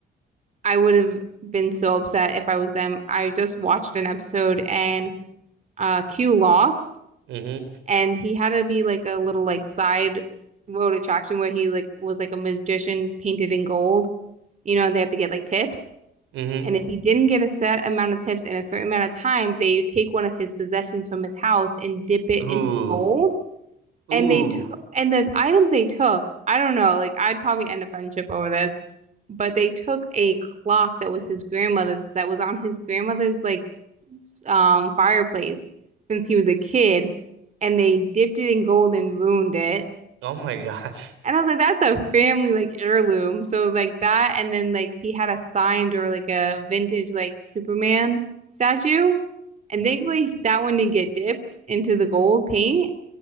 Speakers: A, on the right; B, on the right.
A: I would have been so upset if I was them. I just watched an episode and uh Q lost
B: <laughs> hmm
A: and he had to be like a little like side road attraction where he like was like a magician painted in gold, you know, and they had to get like tips.
B: hmm
A: And if he didn't get a set amount of tips in a certain amount of time, they take one of his possessions from his house and dip it
B: ooh
A: into gold and
B: ooh
A: they took and the items they took, I don't know, like I'd probably end a friendship over this, but they took a clock that was his grandmother's that was on his grandmother's like um fireplace since he was a kid and they dipped it in gold and ruined it.
B: oh my gosh
A: And I was like, that's a family like heirloom. So like that and then like he had a signed or like a vintage like Superman statue. And thankfully that one didn't get dipped into the gold paint